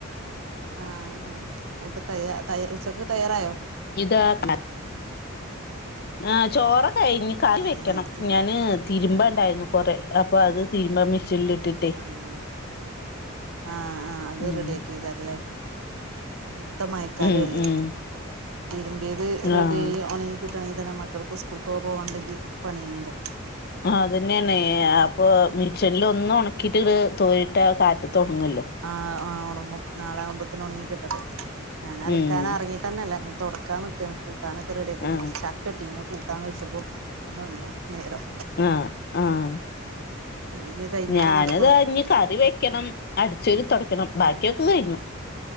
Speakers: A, on the right; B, on the left.
A: ആഹ് ആഹ് ഫുഡ് തയ ത ഉച്ചക്ക് തയ്യാറായോ?
B: ഇതാ <unintelligible> ആഹ് ചോറ്കഴി കറി
A: ആഹ്
B: വെക്കണം
A: ആഹ്
B: ഞാന് തിരുമ്പണ്ടായിരുന്നു കൊറെ. അപ്പ അത് തീരുമ്പം മിഷൻല് ഇട്ടിട്ടേ.
A: ആഹ് ആഹ് ആഹ് അത്
B: ഉം
A: റെഡിയാക്കിക്കാറല്ലേ? ഇങ്ങനേ തെ മയക്കാലും
B: ഉം
A: അല്ലേ
B: ഉം
A: തിരുമ്പിയത് റെഡ്യായി
B: ആഹ്
A: ഉണങ്ങി കിട്ടണെങ്കി തന്നെ മക്കൾക്ക് സ്കൂൾക്കെ പോവാണ്ടെങ്കി പണിയ്ഞ്ല്ലേ?
B: ആഹ് അതനെയാണ് അപ്പൊ മിഷൻല് ഒന്നും ഒണക്കിട്ട്ത് തോരിട്ട കാറ്റത് ഒണങ്ങല്ലോ?
A: ആഹ് ആഹ് ഉണങ്ങും നാളെ ആകുമ്പോത്ന് ഉണങ്ങികിട്ടട്ടെ ഞാൻ അലക്കാനറ
B: ഉം
A: ട്ടന്നല്ല ഞാ തുടക്കാൻ നിക്ക കുട്ടാനൊക്കെ റെഡിയാക്കട്ടകെ
B: ആ
A: ചക്ക ഇട്ടീഞ്ഞി അഹ് കൂ ട്ടാൻ വെച്ചപ്പം അയ്മെ നിന്നു നേരം.
B: ആഹ് ആഹ്
A: <unintelligible>
B: ഞാനത്
A: നടക്കൊള്ളൂ
B: ഞ്ഞ് കറി വെക്കണം അടിച്ചൊരി തുടയ്ക്കണം ബാക്കിയൊക്കെ കഴിഞ്ഞു.